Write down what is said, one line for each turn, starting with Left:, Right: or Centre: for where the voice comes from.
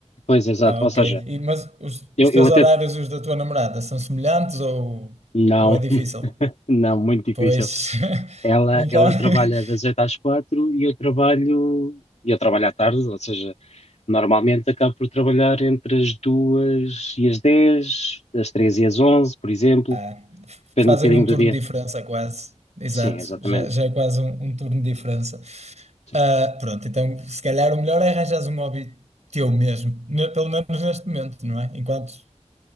Left: pois, exato.
Right: Ah, ok.
Left: Ou seja,
Right: E, mas os,
Left: eu,
Right: os teus
Left: eu até.
Right: horários e os da tua namorada são semelhantes ou,
Left: Não,
Right: ou é difícil?
Left: <laughs> não, muito difícil.
Right: Pois, <laughs>
Left: Ela,
Right: então.
Left: ela
Right: <laughs>
Left: trabalha das 8 às 4 e eu trabalho. e Eu trabalho à tarde, ou seja, normalmente acabo por trabalhar entre as 2 e as dez as três e as onze por exemplo,
Right: Ah,
Left: depende
Right: fazem
Left: um bocadinho
Right: um
Left: do
Right: turno
Left: dia.
Right: de diferença quase. Exato,
Left: Sim, exatamente.
Right: já, já é quase um, um turno de diferença.
Left: Sim,
Right: Ah, pronto, então se calhar o melhor é arranjares um hobby teu mesmo, ne- pelo menos neste momento, não é? Enquanto